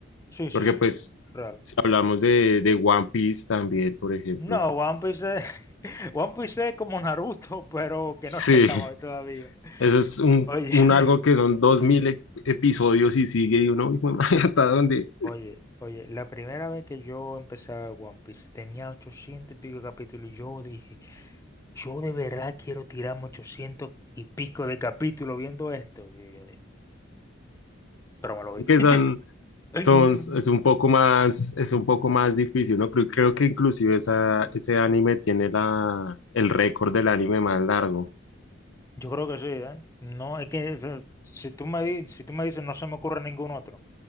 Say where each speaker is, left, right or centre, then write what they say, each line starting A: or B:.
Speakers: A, on the left; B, on the left.
A: Sí, sí,
B: Porque
A: sí.
B: pues,
A: Real.
B: si hablamos de, de One Piece también, por ejemplo.
A: No, One Piece es... <laughs> One Piece es como Naruto, <laughs> pero que
B: Sí,
A: no se acaba
B: <laughs>
A: todavía.
B: eso es un,
A: Oye,
B: un
A: <laughs>
B: algo que son dos mil e- episodios y sigue y uno, <laughs> hijo de madre, ¿hasta dónde?
A: oye, oye, la primera vez que yo empecé a ver One Piece tenía 800 y pico de capítulos y yo dije, yo de verdad quiero tirarme 800 y pico de capítulos viendo esto. Y yo dije, pero me lo vi.
B: Es que son...
A: <laughs>
B: son, es un poco más, es un poco más difícil, ¿no? Creo, creo que inclusive esa,
A: Sí.
B: ese anime tiene la, el récord del anime más largo.
A: Yo creo que sí, ¿eh? No, es que eh, si tú me, di- si tú me dices no se me ocurre ningún otro